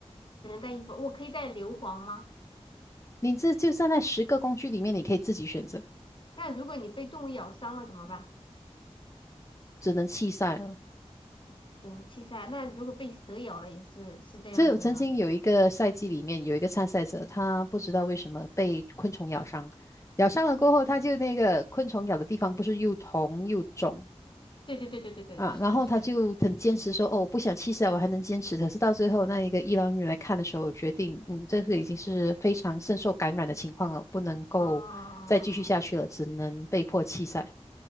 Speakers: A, on the left; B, on the left.
A: 只能带衣服。我可以带硫磺吗？
B: 你这就在那十个工具里面，你可以自己选择，
A: 那如果你被动物咬伤了怎么办？
B: 只能弃赛了。
A: 等气塞。那如果被蛇咬了也是是这样子的吗？
B: 就是我曾经有一个赛季里面有一个参赛者，他不知道为什么被昆虫咬伤，咬伤了过后，他就那个昆虫咬的地方不是又红又肿
A: 对对对对对对，
B: 啊，
A: 是的，
B: 然后他就很坚持说，
A: 是的。
B: 哦，我不想弃赛，我还能坚持。可是到最后那一个医疗人员来看的时候，决定，嗯，这个已经是非常深受感染的情况了，不能够再继续下去了，
A: 哦
B: 只能被迫弃赛。